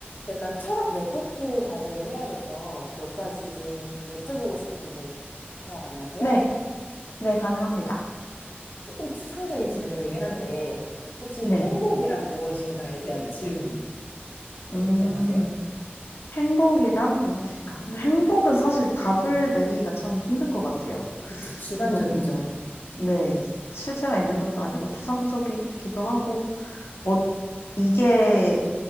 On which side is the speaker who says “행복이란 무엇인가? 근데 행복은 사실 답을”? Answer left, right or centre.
Left